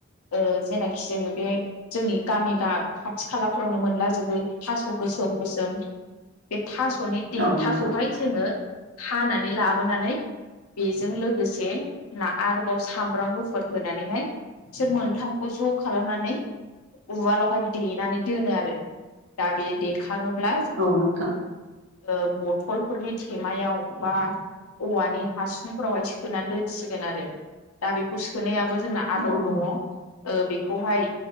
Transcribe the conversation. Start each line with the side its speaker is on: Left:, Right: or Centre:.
Left: ओ जेनाखि जोङो बे जोंनि गामि गा खाथि खालाफ्रावनो मोनलाजोबो थास' गो सोम गोसोम बे थास'नि देन्थाखौहाय
Right: औ नोंथां
Left: जोङो हानानै लाबोनानै बेजों लोगोसे ना आरोबाव सामब्राम गुफुर होनानैहाय बिसोर मोनथामखौ ज' खालामनानै उवालावहाय देनानै दोनो आरो। दा बे देखाङोब्ला
Right: औ नोंथां।
Left: ओ बथ'लफोरनि थेमायाव बा औवानि हासुंफोरावहाय सोनानै दोनसिगोन आरो। दा बेखौ सोनायाब बो जोंना आदब
Right: औ नोंथां
Left: दङ' ओ बेखौहाय